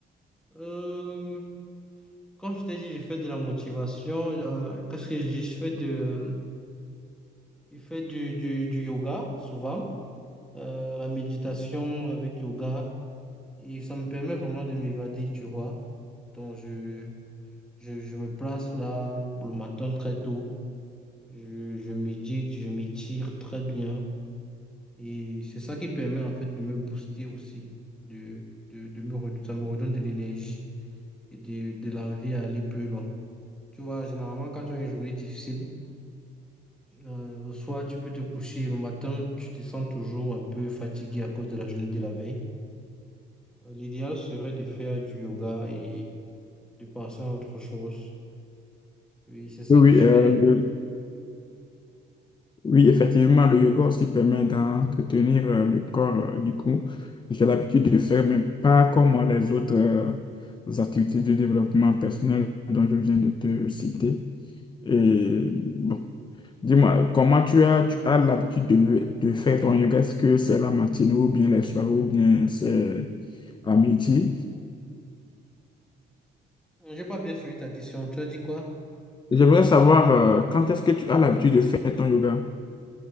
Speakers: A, in the centre; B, on the left.
A: Euh, comme je t'ai dit, je fais de la motivation. euh, Qu'est-ce que je dis? Je fais de, je fais du, du, du yoga souvent, euh, la méditation avec yoga, et ça me permet vraiment de m'évader, tu vois. Donc, je, je, je me place là le matin très tôt, je, je médite, je m'étire très bien. Et c'est ça qui permet en fait de me booster aussi, de, de, de me redonner, ça me redonne de l'énergie et de, de l'envie à aller plus loin. Tu vois, généralement, quand tu as une journée difficile, euh, le soir, tu peux te coucher, le matin, tu te sens toujours un peu fatigué à cause de la journée de la veille. Euh, L'idéal serait de faire du yoga et de penser à autre chose. Oui, c'est ça
B: Oui, oui,
A: que je
B: euh,
A: fais.
B: le- Oui, effectivement, le yoga aussi permet d'entretenir euh, le corps. euh, du coup, j'ai l'habitude de faire, mais pas comme euh, les autres euh, activités de développement personnel dont je viens de te citer. Et bon, dis-moi, comment tu as, tu as l'habitude de, de faire ton yoga? Est-ce que c'est la matinée ou bien les soirs ou bien c'est à midi?
A: J'ai pas bien suivi ta question. Tu as dit quoi?
B: J'aimerais savoir euh, quand est-ce que tu as l'habitude de faire ton yoga?